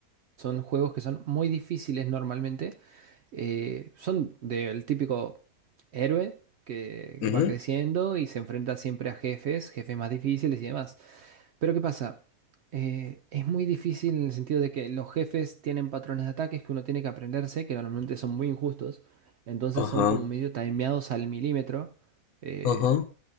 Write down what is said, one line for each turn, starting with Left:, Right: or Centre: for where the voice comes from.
Right: Son juegos que son muy difíciles normalmente, eh, son del típico héroe que
Left: ujú,
Right: va creciendo y se enfrenta siempre a jefes, jefes más difíciles y demás. Pero ¿qué pasa? Eh, es muy difícil en el sentido de que los jefes tienen patrones de ataques que uno tiene que aprenderse, que normalmente son muy injustos, entonces
Left: Ajá.
Right: son como medio timeados al milímetro. eh,
Left: Ajá,